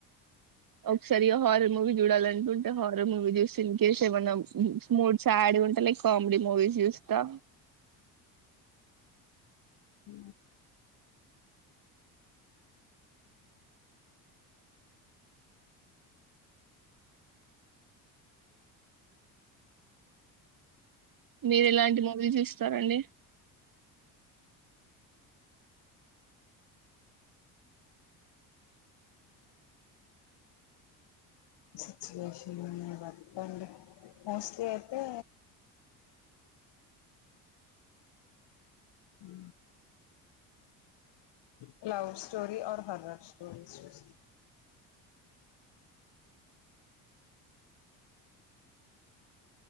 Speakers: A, on the right; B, on the left.
A: ఒకసారిగా హారర్ మూవీ చూడాలనుకుంటే హారర్ మూవీ చూస్తే ఇన్కస్ ఏమన్నా మూడ్స్ యాడ్ ఉంటా లైక్ కామెడీ మూవీ చూస్తా
B: ఉ
A: మీరు ఎలాంటి మూవీ చూస్తారంండి
B: సిచువేషన్న్నా వ అండ్ మోస్ట్లీ అయితే అ క్లా స్టోరీ హర్రా స్టోరీస్ చ